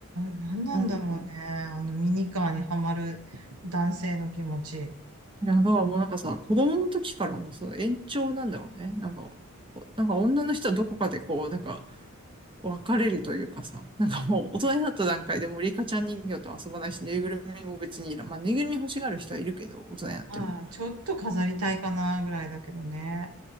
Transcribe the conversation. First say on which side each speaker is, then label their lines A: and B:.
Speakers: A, on the right (about 80°); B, on the right (about 20°).
A: なんなんだろうね。
B: うん。
A: あのミニカーにはまる男性の気持ち。
B: いや、だからもうなんかさ、子供の時からのその延長なんだろうね。なんか、こうなんか女の人はどこかでこう、なんか別れるというかさ、なんかもう大人になった段階でもうリカちゃん人形と遊ばないし、ぬいぐるみも別にいらん。まあ、ぬいぐるみ欲しがる人はいるけど、大人になっても。
A: ああ、ちょっと飾りたいかなぐらいだけどね。